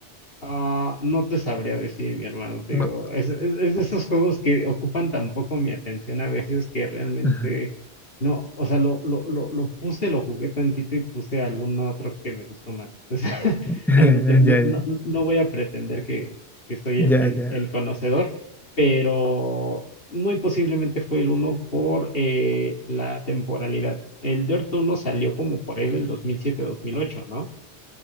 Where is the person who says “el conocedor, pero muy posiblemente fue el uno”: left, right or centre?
Left